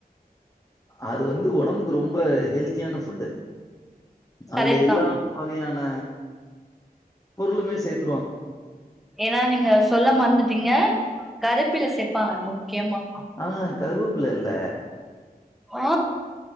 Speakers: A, on the left (about 20°); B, in the centre.
A: அது வந்து ஒடம்புக்கு ரொம்ப ஹெல்த்தியான ஃபுட்டு அதுல
B: கரெக்ட்
A: எல்லா
B: தா
A: வகையான பொருளுமே சேத்து
B: ஏனா நீங்க சொல்ல மந்துட்டீங்க கருப்பில செப்பாங்க முக்கியமா
A: ஆ கருவப்பில இல்ல
B: ஆ